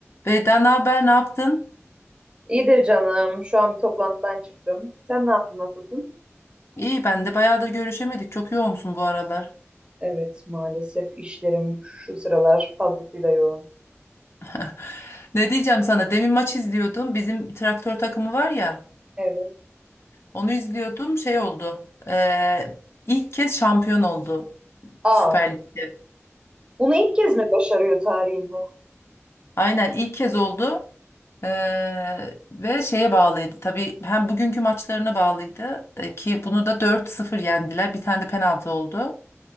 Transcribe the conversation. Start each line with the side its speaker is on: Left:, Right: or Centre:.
Left: Beyda ne haber, ne yaptın?
Right: İyidir canım. Şu an bir toplantıdan çıktım. Sen ne yaptın, nasılsın?
Left: İyi ben de bayağıdır görüşemedik. Çok yoğunsun bu aralar.
Right: Evet, maalesef işlerim şu sıralar fazlasıyla yoğun.
Left: <laughs> Ne diyeceğim sana? Demin maç izliyordum. Bizim traktör takımı var ya.
Right: Evet.
Left: Onu izliyordum. Şey oldu. eee, ilk kez şampiyon oldu
Right: Aa,
Left: Süper Lig'de.
Right: bunu ilk kez mi başarıyor tarihinde?
Left: Aynen ilk kez oldu. Eee, ve şeye bağlıydı. Tabii hem bugünkü maçlarına bağlıydı. E, ki bunu da 4-0 yendiler. Bir tane de penaltı oldu.